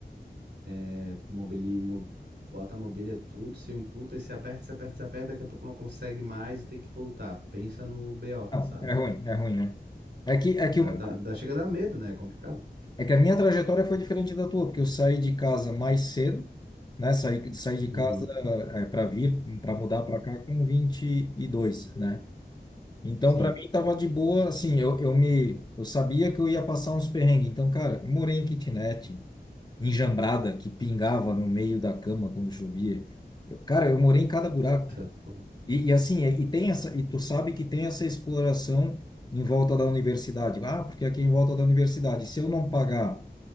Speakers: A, on the right (about 75°); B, on the left (about 25°).
A: né, mobili, mo- bota a mobília tudo, se um puta e se aperta, se aperta, se aperta, daqui a pouco não consegue mais e tem que voltar. Pensa no BO,
B: Não,
A: sabe?
B: é ruim, é ruim, né? É que, é
A: Dá,
B: que, o-
A: dá, dá- chega a dar medo, né? É complicado.
B: é que a minha trajetória foi diferente da tua, porque eu saí de casa mais cedo, né? Saí, saí de
A: Uhum.
B: casa é, para vir, para mudar para cá com vinte e dois, né? Então,
A: Sim.
B: para mim, tava de boa, assim, eu, eu me, eu sabia que eu ia passar uns perrengues. Então, cara, eu morei em kitnet, enjambrada, que pingava no meio da cama quando chovia. Eu- cara, eu morei em cada buraco.
A: Tá, porra.
B: E, e assim, e e tem essa, e tu sabe que tem essa exploração em volta da universidade. Ah, porque aqui em volta da universidade, se eu não pagar,